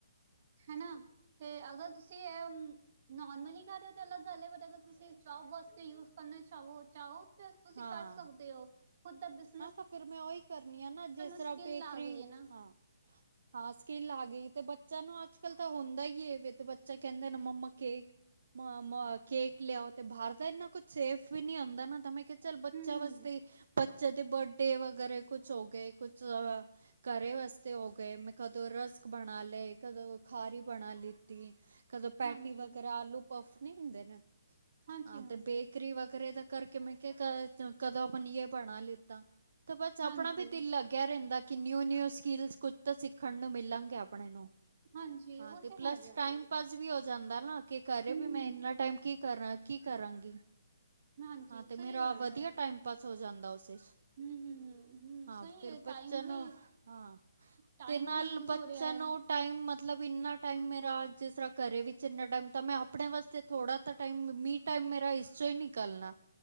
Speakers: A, on the right; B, on the right.
A: ਹਨਾ, ਤੇ ਅਗਰ ਤੁਸੀਂ ਇਹ ਅਮ ਨੋਰਮਲੀ ਕਰ ਰਹੇ ਹੋ ਤਾਂ ਅਲਗ ਗੱਲ ਏ, ਪਰ ਅਗਰ ਤੁਸੀਂ ਚਾਹੋ ਜੌਬ ਵਾਸਤੇ ਯੂਜ ਕਰਨਾ ਚਾਹੋ- ਚਾਹੋ। ਤੁਸੀਂ
B: ਹਾਂ
A: ਕਰ ਸਕਦੇ ਹੋ, ਖੁੱਦ ਦਾ ਬਸ
B: ਹਾਂ ਤਾਂ ਫਿਰ ਮੈਂ ਉਹੀ ਕਰਨੀ ਆ ਨਾ, ਜਿਸ ਤਰ੍ਹਾਂ
A: ਸਕਿੱਲ
B: ਬੇਕਰੀ
A: ਆ ਗਈ ਹੈ ਨਾ
B: ਹਾਂ ਸਕਿੱਲ ਆ ਗਈ, ਤੇ ਬੱਚਿਆਂ ਨੂੰ ਅੱਜ-ਕੱਲ ਤਾਂ ਹੁੰਦਾ ਹੀ ਹੈਵੇ, ਤੇ ਬੱਚਾ ਕਹਿੰਦੇ ਨਾ ਮੰਮਾ ਕੇਕ ਮੈ ਮੈ ਅ ਕੇਕ ਲਿਆਓ, ਤੇ ਬਾਹਰ ਦਾ ਇਹਨਾਂ ਕੁਛ ਸੇਫ ਵੀ ਨੀ ਆਦਾ ਨਾ, ਮੈਂ ਆਖਿਆ ਚਲ ਬੱਚਿਆਂ
A: ਹੂੰ ਹੂੰ
B: ਵਾਸਤੇ ਬੱਚਿਆਂ ਦੇ ਬਰਡੇ ਵਗੈਰਾ ਕੁਛ ਹੋ ਗਏ ਕੁਛ ਆ। ਘਰੇ ਵਾਸਤੇ ਹੋ ਗਏ, ਮੈਂ ਕਦੋਂ ਰਾਸਕ ਬਣਾ ਲਏ, ਕਦੋਂ ਖਾਰੀ ਬਣਾ ਲਿੱਤੀ। ਕਦੋਂ ਪੈਟੀ
A: ਹਾਂਜੀ
B: ਵਗੈਰਾ ਆਲੂ ਪਫ ਨੀ ਹੁੰਦੇ ਨੇ,
A: ਹਾਂਜੀ
B: ਹਾਂ
A: ਹਾਂਜੀ
B: ਤੇ ਬੇਕਰੀ ਵਗੈਰਾ ਦਾ। ਕਰਕੇ ਮੈਂ ਕਿਹਾ ਕਾ ਤੋਂ ਕਦੋ ਅਪਣਾ ਲੀਏ ਬਣਾ ਲੀਤਾ, ਤੇ ਬਸ
A: ਹਾਂਜੀ
B: ਆਪਣਾ ਵੀ ਦਿਲ ਲੱਗ- ਕਹਿ ਰਹਿਂਦਾ ਕੀ ਨਿਊ-ਨਿਉ ਸਕਿੱਲਸ ਕੁਝ ਤਾਂ ਸਿੱਖਣ ਨੂੰ ਮਿਲਣਗੇ ਆਪਣੇ ਨੂੰ।
A: ਹਾਂਜੀ
B: ਹਾਂ
A: ਉਹ
B: ਤੇ ਪਲੱਸ
A: ਹੈਗਾ
B: ਟਾਈਮ
A: ਹੈ
B: ਪਾਸ ਵੀ ਹੋ। ਜਾਂਦਾ ਨਾ ਕੇ ਘਰੇ
A: ਹੂੰ
B: ਵੀ
A: ਹੂੰ
B: ਮੈਂ ਇਨਾ ਟਾਈਮ ਕੀ ਕਰਾ, ਕੀ ਕਰਾਂਗੀ।
A: ਹਾਂਜੀ
B: ਹਾਂ ਤੇ
A: ਸਹੀ
B: ਮੇਰਾ
A: ਗੱਲ
B: ਵਧੀਆ
A: ਹੈ
B: ਟਾਈਮ ਪਾਸ ਹੋ ਜਾਂਦਾ ਉਸੇ 'ਚ।
A: ਹੂੰ ਹੂੰ ਹੂੰ ਹੂੰ
B: ਹਾਂ
A: ਸਹੀ
B: ਫੇਰ
A: ਹੈ
B: ਬੱਚੇ
A: ਟਾਈਮ
B: ਨੂੰ
A: ਵੀ
B: ਹਾਂ।
A: ਟਾਈਮ
B: ਤੇ ਨਾਲ
A: ਵੀ ਯੂਜ
B: ਬੱਚਾ
A: ਹੋ ਰਿਹਾ ਹੈ
B: ਨਾ ਓ- ਟਾਈਮ ਮਤਲਬ ਇੰਨਾ ਟਾਈਮ ਮੇਰਾ ਜਿਸ ਤਰਾਂ ਘਰੇ ਵਿੱਚ ਇੰਨਾ ਟਾਈਮ ਤਾਂ ਮੈਂ ਆਪ- ਆਪਣੇ ਵਾਸਤੇ ਥੋੜਾ ਤ ਟਾਇਮ ਮੀਹ ਟਾਇਮ ਮੇਰਾ ਇਸ ਚੋਂ ਹੀ ਨਿਕਲਣਾ।